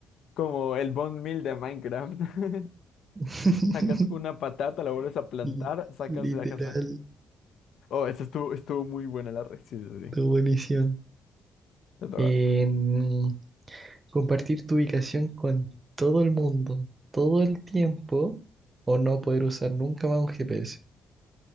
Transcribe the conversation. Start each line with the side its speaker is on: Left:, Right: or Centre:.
Left: como el bone meal de Minecraft. <laughs>
Right: <laughs>
Left: Sacas una patata, la vuelves a plantar,
Right: Li-
Left: sacas,
Right: Literal,
Left: sacas, sacas. Oh, esa estuvo, estuvo muy buena la receta, sí. sí, sí.
Right: tu buenísimo.
Left: Te toca,
Right: En
Left: te toca.
Right: compartir tu ubicación con todo el mundo, todo el tiempo, o no poder usar nunca más un GPS.